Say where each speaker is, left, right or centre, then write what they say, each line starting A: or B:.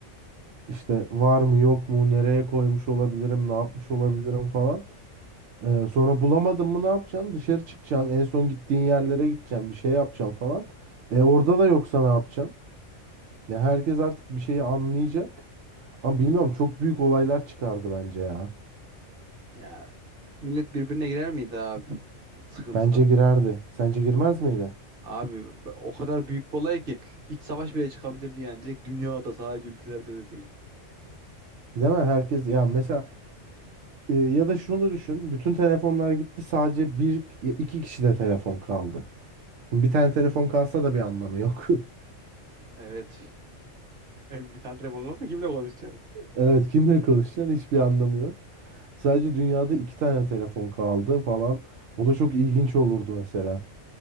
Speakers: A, on the right; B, on the right.
A: işte var mı yok mu nereye koymuş olabilirim ne yapmış olabilirim falan. Ee, sonra bulamadın mı ne yapacaksın? Dışarı çıkacaksın. En son gittiğin yerlere gideceksin. Bir şey yapacaksın falan. E, orada da yoksa ne yapacaksın? Ya herkes artık bir şeyi anlayacak. Ama bilmiyorum çok büyük olaylar çıkardı bence ya.
B: Ya millet birbirine girer miydi abi sıkıntıdan?
A: Bence girerdi. Sence girmez miydi?
B: Abi be- o kadar büyük bir olay ki iç savaş bile çıkabilirdi yani. Direkt dünyada sadece ülkelerde de değil.
A: Değil mi? Herkes ya mesela e, ya da şunu düşün. Bütün telefonlar gitti. Sadece bir iki kişi de telefon kaldı. Şimdi bir tane telefon kalsa da bir anlamı yok. <laughs>
B: Evet. <laughs> Bir tane telefon olsa kimle konuşacaksın?
A: Evet kimle konuşacaksın? Hiçbir anlamı yok. Sadece dünyada iki tane telefon kaldı falan. O da çok ilginç olurdu mesela.